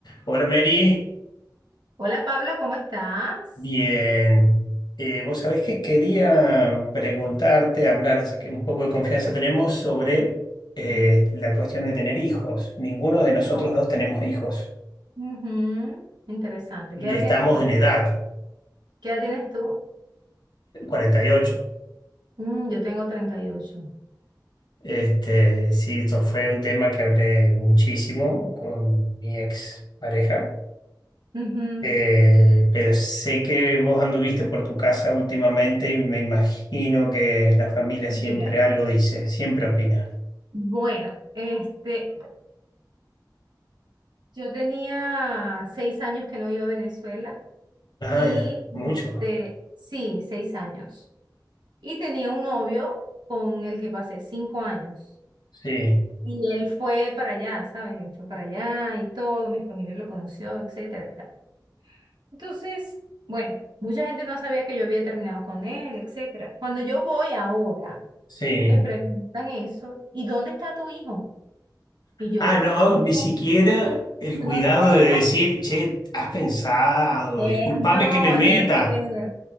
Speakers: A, on the left (about 70°); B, on the right (about 75°).
A: Hola Mary,
B: Hola Pablo, ¿cómo estás?
A: bien. Eh, vos sabés que quería preguntarte, hablar, ya que un poco de confianza tenemos sobre eh,
B: Sí.
A: la cuestión de tener hijos. Ninguno de nosotros
B: Ah,
A: dos tenemos hijos
B: Ujú, Interesante.
A: y
B: ¿Qué edad
A: estamos
B: tienes tú?
A: en edad,
B: ¿Qué edad tienes tú?
A: 48.
B: Mm, yo tengo 38.
A: Este, sí, esto fue un tema que hablé muchísimo con mi ex pareja,
B: Ujú.
A: Eh, pero sé que vos anduviste por tu casa últimamente y me imagino que la familia siempre
B: Mira,
A: algo dice, siempre opina.
B: bueno, este, yo tenía seis años que no iba a Venezuela
A: Ah,
B: y
A: ya, mucho.
B: este, sí, seis años. Y tenía un novio con el que pasé cinco años.
A: Sí,
B: Y él fue para allá, ¿sabes? Él fue para allá y todo, mi familia lo conoció, etcétera y tal. Entonces, bueno, mucha gente no sabía que yo había terminado con él, etcétera. Cuando yo voy ahora,
A: sí.
B: me preguntan eso, ¿y dónde está tu hijo? Y yo,
A: Ah, no,
B: no,
A: ni siquiera el cuidado
B: no tengo.
A: de decir, che, has pensado,
B: Eh,
A: discúlpame
B: no,
A: que me meta.
B: nada que ver.